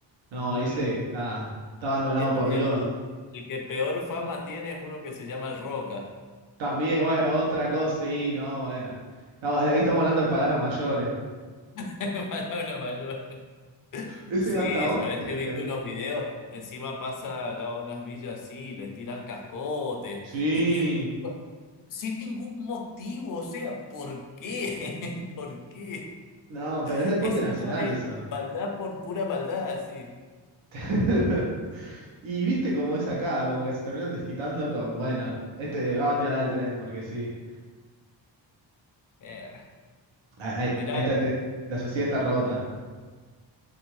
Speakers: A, on the right; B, on the left.
A: no,
B: Mm,
A: ese está, está abandonado
B: el,
A: por
B: el-
A: Dios.
B: el que peor fama tiene es uno que se llama el Roca.
A: También, bueno, otra cosa, sí, no, bueno. Estamos- ahí estamos hablando de palabras mayores.
B: <laughs> Palabra mayor.
A: Ese
B: Sí,
A: va hasta 11,
B: si a veces he
A: creo.
B: visto unos videos, encima pasa al lado de unas villas así, les tiran cascotes,
A: Sí.
B: les tiran... Sin ningún motivo, o sea, ¿por qué? <laughs> ¿Por qué?
A: No, pero es deporte
B: Eso
A: nacional
B: ya es
A: eso.
B: maldad por pura maldad, sí.
A: <laughs> Y viste cómo es acá, como que se terminan desquitando con, bueno, este vamos a tirar al tren, porque sí.
B: Eh,
A: Ahí, ahí-
B: mirá,
A: ahí está, te- la sociedad está rota.